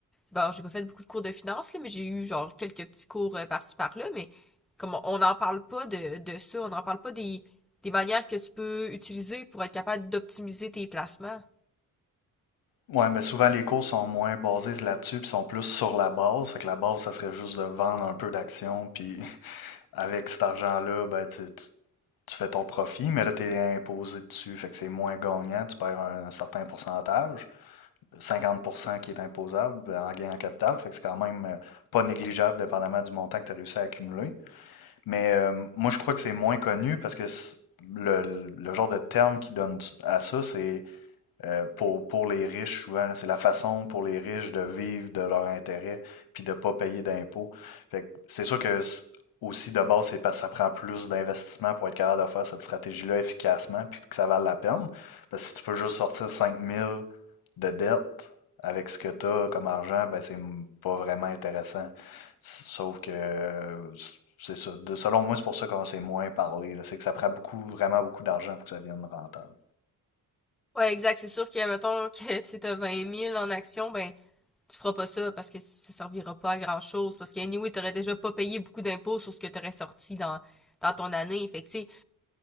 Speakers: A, in the centre; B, on the left.
A: bon, j'ai pas fait beaucoup de cours de finance, là, mais j'ai eu, genre, quelques petits cours euh, par-ci, par-là, mais comme on n'en parle pas de, de ça, on n'en parle pas des, des manières que tu peux utiliser pour être capable d'optimiser tes placements.
B: Ouais, ben souvent les cours sont moins basés là-dessus, puis sont plus sur la base. Fait que la base, ça serait juste de vendre un peu d'actions, puis Avec cet argent-là, ben, tu, tu- tu fais ton profit, mais là, tu es imposé dessus, fait que c'est moins gagnant, tu perds un certain pourcentage. cinquante pour cent qui est imposable ben, en gain en capital, fait que c'est quand même euh, pas négligeable dépendamment du montant que tu as réussi à accumuler. Mais euh, moi, je crois que c'est moins connu parce que c- le, le genre de terme qu'ils donnent à ça, c'est euh, pour, pour les riches, souvent, c'est la façon pour les riches de vivre de leur intérêt puis de ne pas payer d'impôts. Fait que c'est sûr que c- aussi de base, c'est parce que ça prend plus d'investissement pour être capable de faire cette stratégie-là efficacement puis que ça vale la peine. Parce que si tu peux juste sortir 5000 de dette avec ce que tu as comme argent, ben c'est m- pas vraiment intéressant. S- Sauf que euh, c- c'est ça. De- selon moi, c'est pour ça qu'on s'est moins parlé. là. C'est que ça prend beaucoup, vraiment beaucoup d'argent pour que ça vienne rentable.
A: Ouais, exact. C'est sûr que, mettons, que <laughs> tu as vingt mille en action, ben, tu feras pas ça parce que ça servira pas à grand chose. Parce que, anyway, t'aurais déjà pas payé beaucoup d'impôts sur ce que t'aurais sorti dans, dans ton année. Fait que, tu sais,